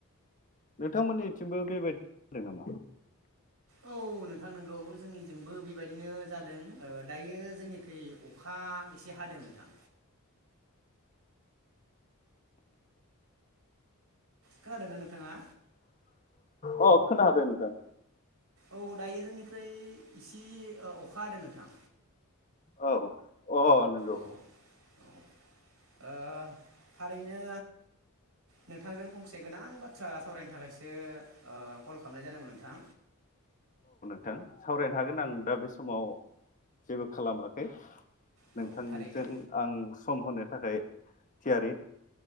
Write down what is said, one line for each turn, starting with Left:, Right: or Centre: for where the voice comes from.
Left: नोंथांमोननिथिंबो बेबाय दि नामा?
Right: औ नोंथां नोंगौ। जोंनिजोंबो बेबायदिनो जादों। ओ दायो जोंनिखै अखा एसे हादों नोंथां। खोनादोंना नोंथाङा?
Left: अ खोनादों नोंथां।
Right: औ दायो जोंनिख्रुय इसे ओ अखा हादों नोंथां।
Left: औ। अ नोंगौ।
Right: औ औ ओ थारैनो नोंथांजों फंसे गोनां बाथ्रा सावरायनो थाखायसो ओ कल लामनाय जादोंमोन नोंथां।
Left: थां। सावरायनो हागोन आं दा बे समाव जेबो खालामाखै।
Right: औ
Left: नोंथांजों
Right: थारैनो
Left: आं सम होनो थाखाय थियारि।